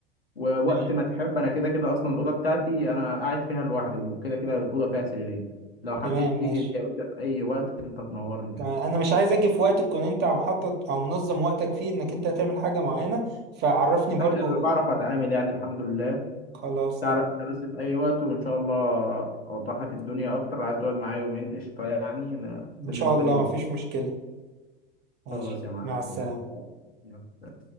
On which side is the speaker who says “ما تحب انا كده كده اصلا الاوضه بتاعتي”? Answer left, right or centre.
Left